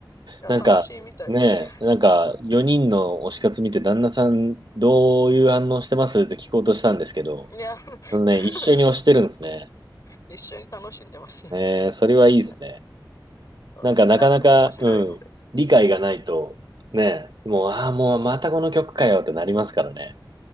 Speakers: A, on the left; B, on the right.
A: いや、
B: なんか、
A: 楽しいみたいで。
B: ねえ、なんか4人の推し活見て旦那さんどういう反応してますって聞こうとしたんですけど、
A: うんいや、
B: うんね、
A: <laughs>
B: 一緒に推してるんですね。
A: 一緒に楽しんでますね。
B: ねえー、それはいいですね。
A: <laughs> ねあだけどダンスも面白いので。
B: なんかなかなか、うん、理解がないと、ね、もう、ああ、もうまたこの曲かよってなりますからね。